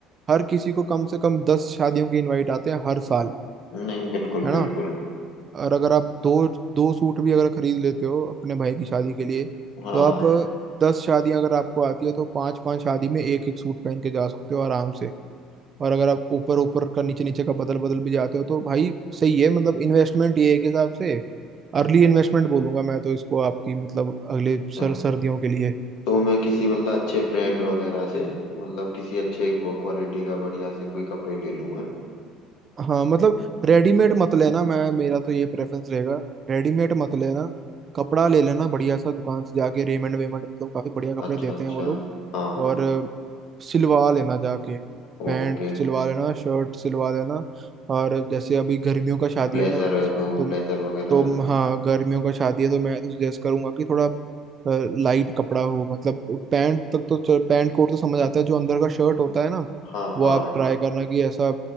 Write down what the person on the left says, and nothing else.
नहीं बिल्कुल
बिल्कुल
हाँ
अच्छा।
तो मैं किसी मतलब अच्छे ब्रांड वगैरह से मतलब किसी अच्छे क्वालिटी का बढ़िया से कोई कपड़े ले लूँ मैं
अच्छा
अच्छा
हाँ
ओके
ब्लेजर
है तो
ब्लेजर वगैरह
है
हाँ
हाँ